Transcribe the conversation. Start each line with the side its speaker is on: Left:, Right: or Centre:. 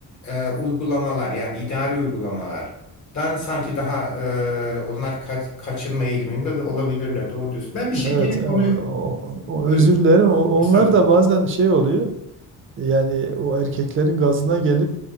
Left: e, uygulamalar yani idari uygulamalardan sanki daha e, onlar kaç- kaçınma eğiliminde de olabilirler. Doğru diyorsun. Ben bir şey
Right: Evet,
Left: yine
Right: e,
Left: konuyu
Right: o, o
Left: buyurun.
Right: özür dilerim. O- Onlar
Left: Estağfurullah.
Right: da bazen şey oluyor. Yani o erkeklerin gazına gelip